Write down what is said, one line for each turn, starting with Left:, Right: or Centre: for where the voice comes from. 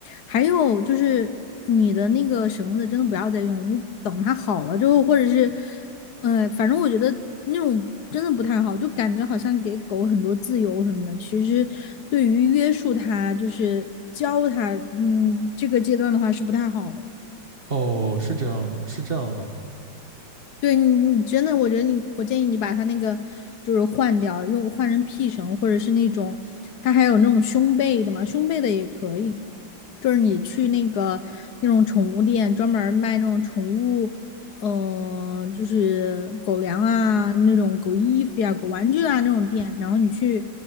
Left: 还有就是你的那个绳子真的不要再用了，你等它好了之后，或者是，呃，反正我觉得那种真的不太好，就感觉好像给狗很多自由什么的，其实对于约束它，就是教它，嗯，这个阶段的话是不太好的。
Right: 哦，是这样，是这样的吗？
Left: 对你，你真的，我觉得你，我建议你把它那个就是换掉，用换成屁绳，或者是那种，它还有那种胸背的嘛，胸背的也可以。就是你去那个那种宠物店，专门儿卖那种宠物，嗯、就是狗粮啊，那种狗衣服呀、狗玩具啊那种店，然后你去